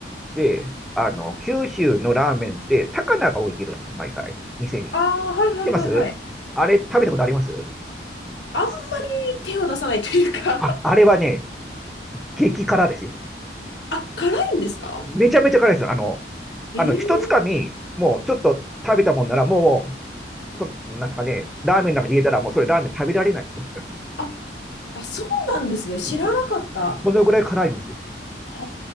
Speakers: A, in the centre; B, on the left.
A: で、あの、九州のラーメンって、高菜が置いてるんですよ、毎回、店に。
B: ああ、
A: 知っ
B: はいはいはいはい。
A: てますあれ、食べたことあります
B: あんまり手を出さないというか
A: あ、あれはね、激辛ですよ。
B: <laughs> あ、辛いんですか
A: めちゃめちゃ辛いですよ。あの、
B: ええ
A: あの、一つかみ、もうちょっと食べたもんなら、もう、そ、なんすかね、ラーメンなんか入れたら、もうそれラーメン食べられないですよ。
B: あ、あ、そうなんですね。知らなかった。
A: うん、そ
B: は
A: そのぐらい辛いんですよ。
B: あ、